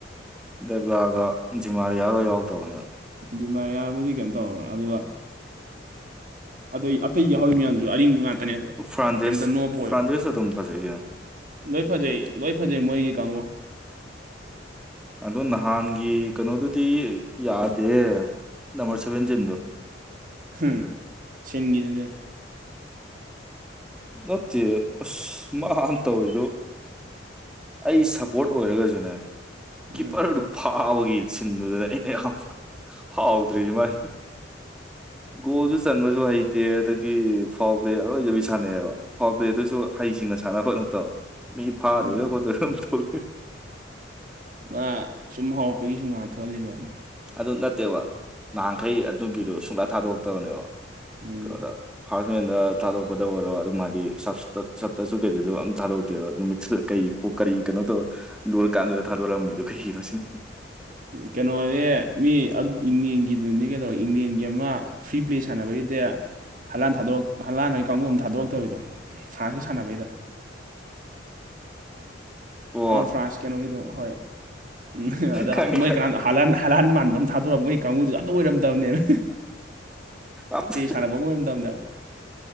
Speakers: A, in the centre; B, on the right (about 45°).
A: ꯗꯦꯕꯂꯥꯒ ꯗꯤꯃꯥꯔꯤꯌꯥꯒ ꯌꯥꯎꯗꯕ ꯍꯥꯟꯗꯥꯛ
B: ꯗꯤꯃꯥꯔꯤꯌꯥꯕꯨꯗꯤ ꯀꯩꯅꯣ ꯇꯧꯔꯦ ꯑꯗꯨꯒ ꯑꯗꯩ ꯑꯇꯩ ꯌꯥꯎꯍꯧꯔꯤ ꯃꯌꯥꯝꯁꯨ ꯑꯔꯤꯡꯕ ꯉꯥꯛꯇꯅꯦꯕ
A: ꯐ꯭ꯔꯥꯟꯗꯦꯁ
B: ꯀꯩꯝꯇ ꯅꯣꯞꯄꯣꯏꯕ
A: ꯐ꯭ꯔꯥꯟꯗꯦꯁ ꯑꯗꯨꯝ ꯐꯖꯩ ꯀꯩꯅꯣ
B: ꯂꯣꯏ ꯐꯖꯩ ꯂꯣꯏ ꯐꯖꯩ ꯃꯣꯏꯒꯤ ꯀꯥꯡꯕꯨ
A: ꯑꯗꯣ ꯅꯍꯥꯟꯒꯤ ꯀꯩꯅꯣꯗꯨꯗꯤ ꯌꯥꯗꯦꯌꯦ ꯅꯝꯕꯔ ꯁꯚꯦꯟꯇꯤꯟꯗꯣ
B: ꯎꯝ ꯁꯤꯟꯒꯔꯤꯗꯨꯗꯤ
A: ꯅꯠꯇꯦ ꯑꯁ ꯃꯥꯅ ꯇꯧꯔꯤꯗꯨ ꯑꯩ ꯁꯞꯄꯣꯠ ꯑꯣꯏꯔꯒꯁꯨꯅꯦ
B: ꯑ
A: ꯀꯤꯞꯄꯔ ꯗꯨ ꯐꯥꯕꯒꯤ ꯁꯤꯟꯗꯨꯗꯅꯦ ꯑꯩ ꯌꯥꯝ ꯍꯥꯎꯇꯔꯤꯁꯦ ꯃꯥꯥꯏ ꯒꯣꯜꯁꯨ ꯆꯟꯕꯁꯨ ꯍꯩꯇꯦ ꯑꯗꯒꯤ ꯐꯥꯎꯗꯤ ꯑꯔꯣꯏꯕꯤ ꯑꯦꯕ ꯐꯥꯎꯟ ꯗꯨꯁꯨ ꯍꯩꯁꯤꯡꯅ ꯁꯥꯅ ꯈꯣꯠꯄ ꯅꯠꯇꯕ ꯃꯤ ꯐꯥꯗꯣꯏꯔꯥ
B: ꯎꯝ
A: ꯈꯣꯠꯇꯣꯏ
B: ꯃꯥ ꯁꯨꯝ ꯍꯧꯔꯛꯄꯒꯤ ꯁꯨꯨꯝ ꯉꯥꯛ ꯊꯣꯛꯍꯜꯂꯤꯕ ꯍꯥꯢꯗꯨꯅꯤ
A: ꯑꯗꯨ ꯅꯠꯇꯦꯕ ꯅꯍꯥꯟꯈꯩ ꯑꯗꯨꯒꯤꯗꯣ ꯁꯨꯡꯊꯥ ꯊꯥꯗꯣꯛꯇꯕꯅꯦꯕ
B: ꯎꯝ
A: ꯀꯩꯅꯣꯗ ꯐꯥꯁꯢ ꯃꯦꯟꯗ ꯊꯥꯗꯣꯛꯄꯗ ꯑꯣꯏꯔꯣ ꯑꯗꯨꯝ ꯍꯥꯏꯗꯤ ꯁ ꯁꯞꯇꯁꯨ ꯀꯩꯗꯁꯨ ꯑꯗꯨꯝ ꯊꯥꯗꯣꯛꯇꯦꯕ ꯅꯨꯃꯤꯠ ꯀꯩ ꯀꯔꯤ ꯀꯩꯅꯣ ꯇꯧꯔ ꯂꯣꯏꯔ ꯀꯥꯟꯗꯨꯗ ꯊꯥꯗꯣꯔꯛꯑꯝꯃꯦꯗꯣ ꯀꯩꯒꯤꯅꯣ ꯁꯤꯅꯤ
B: ꯀꯩꯅꯣꯅꯦ ꯃꯤ ꯑꯗꯨ ꯏꯪꯂꯦꯟꯒꯤꯗꯨꯅꯤ ꯀꯩꯗꯧꯔꯦ ꯏꯪꯂꯦꯟꯒꯤ ꯑꯃ ꯐ꯭ꯔꯤ ꯄ꯭ꯂꯦ ꯁꯥꯟꯅꯕꯩꯗ ꯍꯜꯂꯥꯟ ꯊꯥꯗꯣꯔ ꯍꯂꯥꯟ ꯍꯣꯏ ꯀꯥꯡꯕꯨ ꯑꯃ ꯊꯥꯗꯣꯔꯛꯇꯕꯗꯣ ꯐꯥꯔꯁꯇ ꯁꯥꯟꯅꯕꯩꯗ
A: ꯑꯣ
B: ꯑꯃ ꯐ꯭ꯔꯥꯟꯁ ꯀꯩꯅꯣꯒꯤꯗꯣ ꯍꯣꯏ ꯎꯝ ꯑꯗ
A: ꯈꯪꯉꯤ
B: ꯃꯣꯏ
A: ꯈꯪꯉꯤ
B: ꯀꯅꯥꯝ ꯍꯂꯥꯜ ꯍꯂꯥꯜ ꯃꯥꯟꯕ ꯑꯃ ꯊꯥꯗꯣꯔꯛꯑ ꯃꯣꯏ ꯀꯥꯡꯕꯨꯨꯗꯨꯁꯨ ꯑꯝꯇ ꯑꯣꯏꯔꯝꯗꯕꯅꯦꯕ
A: ꯑꯝꯇ
B: ꯄ꯭ꯂꯦ ꯁꯥꯟꯅꯕ ꯑꯃ ꯑꯣꯏꯔꯝꯗꯕꯅꯦꯕ